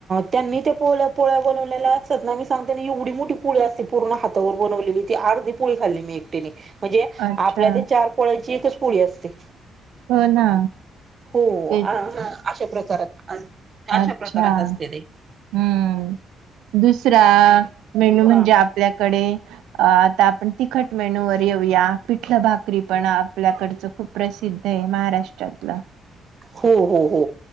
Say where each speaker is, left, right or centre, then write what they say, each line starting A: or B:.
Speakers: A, on the right; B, on the right.
A: त्यांनी ते पोळ पोळ्या बनवलेला सदनामी सांग त्यांनी ह उडी मोठी पुळी अस पूर्ण हातावर बनवलेली ती अर्धी पुळी खाल्ली मी एकटीने म्हणजे
B: अच्छा
A: आपल्या ते चार पोळ्यांची एकच पोळी असते.
B: हो ना
A: हो
B: तेच
A: अ- अशा प्रकारात.
B: अच्छा
A: अशा प्रकारात
B: हम्म
A: असते ते
B: दुसरा मेन्यू
A: खूप
B: म्हणजे आपल्याकडे अ आता आपण तिखट मेनूवर येऊया पिठल भाकरी पण आपल्याकडचं खूप प्रसिद्ध आहे महाराष्ट्रातलं. <inaudible>
A: हो हो हो